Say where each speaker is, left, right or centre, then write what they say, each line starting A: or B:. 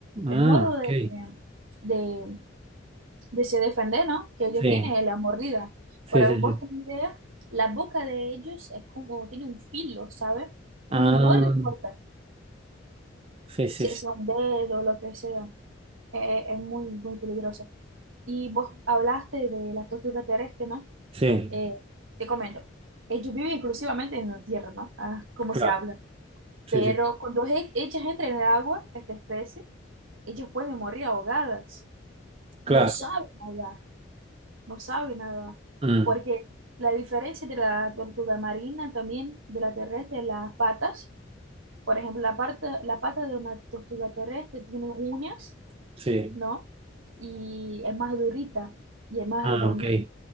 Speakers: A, on the right; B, on the right.
A: Ah,
B: El modo
A: ok.
B: de, de, de se defender, ¿no? Que ella
A: Sí,
B: tiene es la mordida.
A: sí,
B: Para
A: sí,
B: vos
A: sí.
B: tener idea, la boca de ellos es como, tiene un filo, ¿sabes? Cuando
A: Ah,
B: muerde, corta,
A: sí, sí,
B: se-
A: sí.
B: sea un dedo, lo que sea. Eh, eh, es muy, muy peligroso. Y vos hablaste de la tortuga terrestre, ¿no?
A: Sí,
B: Eh, te comento, ellos viven exclusivamente en la tierra, ¿no? Ah, como
A: claro.
B: se habla.
A: Sí,
B: Pero
A: sí,
B: cuando e- ellas entran en el agua, esta especie, ellas pueden morir ahogadas.
A: claro.
B: No saben nada, no saben nada.
A: Mm,
B: Porque la diferencia de la tortuga marina también de la terrestre, las patas, por ejemplo, la parte, la pata de una tortuga terrestre tiene uñas,
A: sí.
B: ¿no? Y es más durita y es más
A: Ah,
B: redondita.
A: ok.